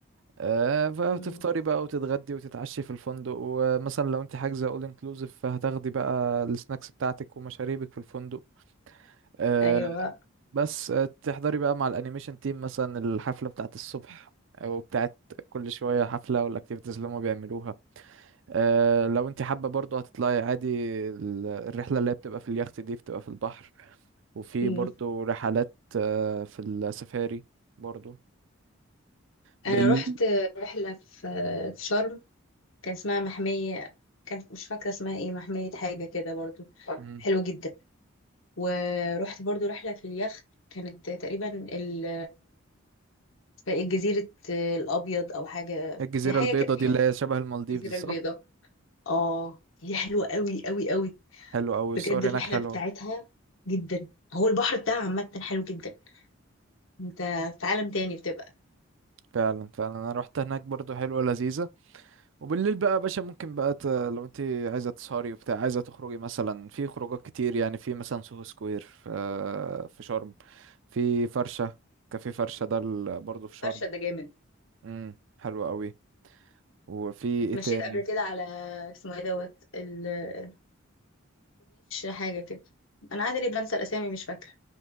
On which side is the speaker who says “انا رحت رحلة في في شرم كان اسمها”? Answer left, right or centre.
Left